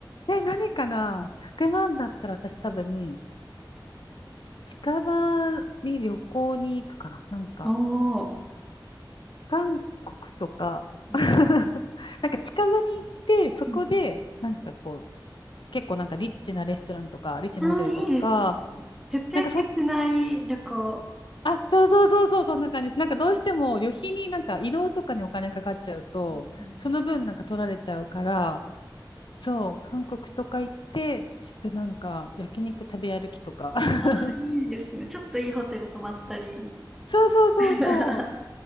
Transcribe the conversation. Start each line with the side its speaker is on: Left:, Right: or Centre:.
Left: え、何かな ?100 万だったら私多分、近場に旅行に行くかななんか、
Centre: おー。
Left: 韓国とか
Centre: うん
Left: <laughs> なんか近場に行って、そこで、
Centre: うん
Left: なんかこう、結構なんかリッチなレストランとか、リッチなホテルとか、
Centre: あー、いいですね。節約しない旅行。
Left: なんかそっちあ、そうそうそうそう、そんな感じです。なんかどうしても旅費になんか移動とかにお金かかっちゃうと、
Centre: うん
Left: その分なんか取られちゃうから、そう、韓国とか行って、ちょっとなんか焼肉食べ歩きとか。<laughs>
Centre: あー、いいですね。ちょっといいホテル泊まったり。
Left: そうそうそうそう。
Centre: <laughs>